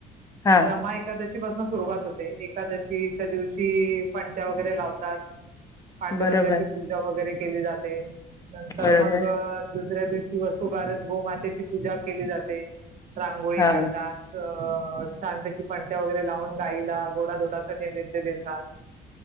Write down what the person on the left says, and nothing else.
हा
बरोबर
बरोबर
हा